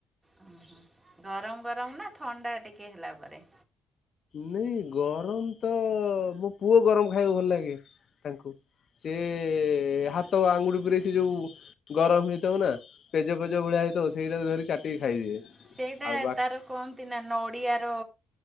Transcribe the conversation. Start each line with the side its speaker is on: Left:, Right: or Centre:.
Right: ଉଁ ହୁଁ ଗରମ ଗରମ ନା ଥଣ୍ଡା ଟିକେ ହେଲା ପରେ।
Left: ନାଇ ଗରମ ତ ମୋ ପୁଅ ଗରମ ଖାଇବାକୁ ଭଲ ଲାଗେ ତାଙ୍କୁ। ସେ ହାତ ଆଙ୍ଗୁଟି ପୁରେଇ ସେ ଯୋଉ ଗରମ ହେଇଥିବ ନା। ପେଜ ପେଜ ଭଳିଆ ହେଇ ଥୀବ ସେଇଟାକୁ ଧରି ଚାଟିକି ଖାଇଦିଏ।
Right: ସେଇଟା
Left: ଆଉ ବାକି
Right: ତାର କହନ୍ତି ନା ନଡିଆର